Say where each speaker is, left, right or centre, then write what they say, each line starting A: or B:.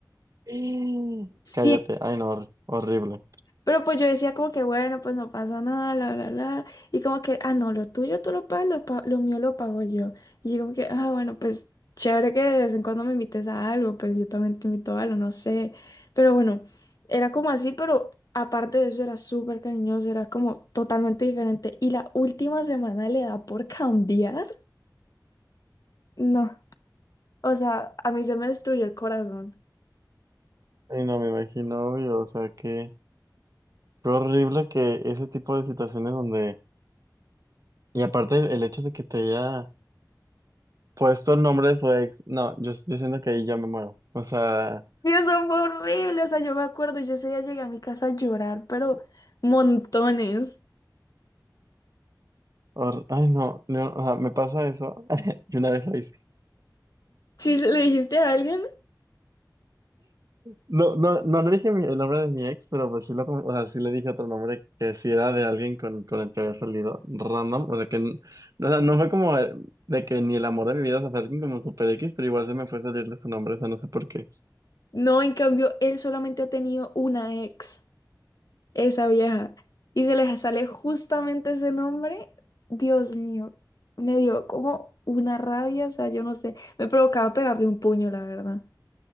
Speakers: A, on the right; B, on the left.
A: Mm.
B: Siempre.
A: Cállate, ay no, hor- horrible.
B: Pero pues yo decía como que bueno, pues no pasa nada, bla, bla, bla. Y como que, ah, no, lo tuyo tú lo pagas, lo, pa- lo mío lo pago yo. Y yo como que, ah, bueno, pues chévere que de vez en cuando me invites a algo, pues yo también te invito a algo, no sé. Pero bueno, era como así, pero aparte de eso era súper cariñoso, era como totalmente diferente. Y la última semana le da por cambiar. No, o sea, a mí se me destruyó el corazón.
A: Ay no, me imagino, obvio, o sea que, qué horrible que ese tipo de situaciones donde, y aparte el el hecho de que te haya Por estos nombres o ex, no, yo, yo siento que ahí ya me muero. O sea,
B: Y eso fue horrible, o sea, yo me acuerdo, yo ese día llegué a mi casa a llorar, pero montones.
A: hor- ay no, no, o sea, me pasa eso. <laughs> Yo una vez lo hice.
B: Si se le dijiste a alguien,
A: No, no, no le dije mi- el nombre de mi ex, pero pues sí lo, con- o sea, sí le dije otro nombre que sí era de alguien con, con el que había salido random. O sea que n- o sea, no fue como eh, de que ni el amor de mi vida, o sea, fue alguien como super X, pero igual se me fue a salirle su nombre, o sea, no sé por qué.
B: no, en cambio, él solamente ha tenido una ex, esa vieja, y se le sale justamente ese nombre, Dios mío, me dio como una rabia, o sea, yo no sé, me provocaba pegarle un puño, la verdad.